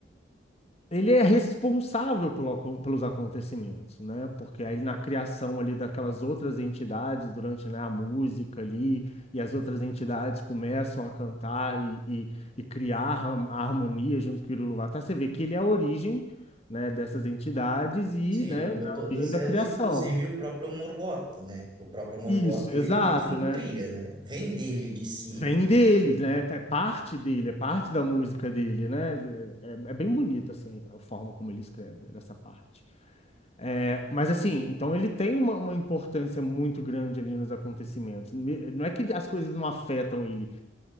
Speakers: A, on the left; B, on the right.
A: Ele é responsável pelo acon- pelos acontecimentos, né? Porque aí na criação ali daquelas outras entidades, durante, né, a música ali, e as outras entidades começam a cantar e, e- e criar a a harmonia junto com o irilu você vê que ele é a origem, né, dessas entidades e,
B: Sim, ele
A: né,
B: criou
A: a
B: todas
A: origem da
B: elas,
A: criação.
B: inclusive o próprio Morgoth, né? O próprio Morgoth,
A: Isso,
B: ele
A: exato,
B: mesmo
A: né?
B: cria, né? Vem dele, de si.
A: Vem deles,
B: E-
A: né? É parte dele, é parte
B: e-
A: da música dele, né? É, é bem bonito, assim, a forma como ele escreve essa parte. É, mas assim, então ele tem uma, uma importância muito grande ali nos acontecimentos. Me- Não é que as coisas não afetam ele.